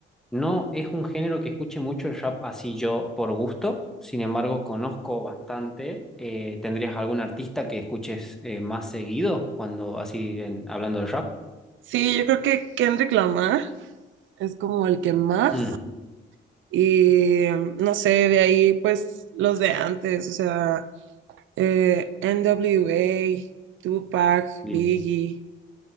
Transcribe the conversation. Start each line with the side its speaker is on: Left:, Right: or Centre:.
Centre: no es un género que escuche mucho el rap así yo por gusto, sin embargo conozco bastante. Eh, ¿tendrías algún artista que escuches eh, más seguido cuando así en- hablando de rap?
Right: Sí, yo creo que Kendrick Lamar es como el que más
Centre: Mm,
Right: y mm, no sé, de ahí pues los de antes, o sea, eh, N W A Tupac,
Centre: bien.
Right: Biggie.